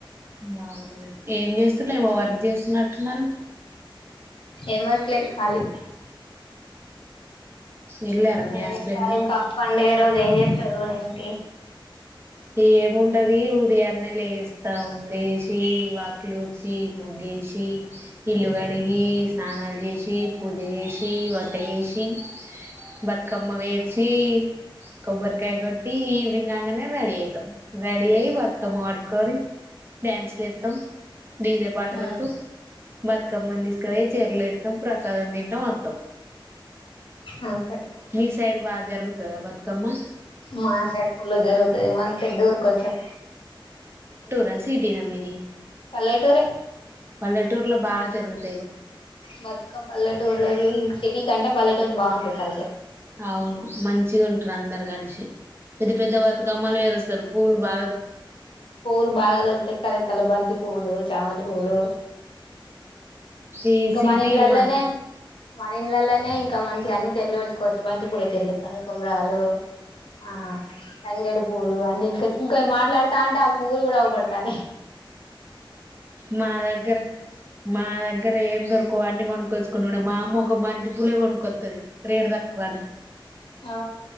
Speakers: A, on the right (about 25°); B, on the left (about 75°).
A: బాగున్నా ఏం చేస్తలే ఏవో వర్క్ చేస్తున్నట్టున్నారు
B: ఎం వర్కులే ఖాళీ
A: ఎల్లార మీ
B: ఏం
A: హస్బెండ్
B: చేస్తారు ఇంకా పండుగ రోజు ఏం చేస్తారు ఏంటి
A: ఏముంటది ఉదియాన్నే లేస్తాం లేచి వాకులుడ్చి ముగ్గేసి ఇ ఇల్లు కడిగి స్నానాలు చేసి పూజ చేసి వంట చేసి బతుకమ్మ పేర్చి కొబ్బరికాయ కొట్టి ఈవనింగ్ ఆంగనే బాడి అయిది రెడీ అయి బతుకమ్మ పటుకొని డ్యాన్స్లు ఇస్తాం డీజేపాటలకు
B: ఆ
A: బతుకమ్మని తీసుకు చీరలు వస్తాం ప్ర ద తింటా మొత్తం
B: అకా
A: మీ సాైడ్ బజారగు త బతుకమ్మా
B: మా సైడ్ ఫుల జరుగుతుది మాళ పెద్దఊరు కొంచెం
A: రా సిటీ నమ్మీది
B: పల్లెటూర
A: పల్లెటూరులో బాగా జరుగుతుంది
B: మతుకం పల్లెటూరు ఇం సిటీ కంటే పల్లెటూరు బాగుంటుంది కాల్ స
A: అవును మంచిగా ఉంటారు అందరు కలిసి పెద్ద పెద్ద బతుకమ్మలు వేరేస్తారు పూల్ బా
B: పోోలు బాగా ద తె కరకల్ బంద పూలు చామంతి పూలు
A: ఈ సిటీ
B: మన ఇండ్లల్లనే
A: మాది
B: మన ఇళ్లలోనే ఇంకా మంచి అన్ని చెర్లు పెట్టుకోవచ్చు మంచి పూర చెర్లు కనుకుమరాలు ఆ తంగేడి పూలు అన్ని ఇంకా మాట్లాతా అంటే ఆ పు్వులు కూడా అవుపడతానయి
A: మా దగ్గర మా దగ్గర దగ ఏం దొరకో అన్ని కొనుక్కోచ్చున్నాండి మా అమ్మ ఒక మంతి పూలే కొనుక్కొ కది రేడు తక్కువనే
B: ఆ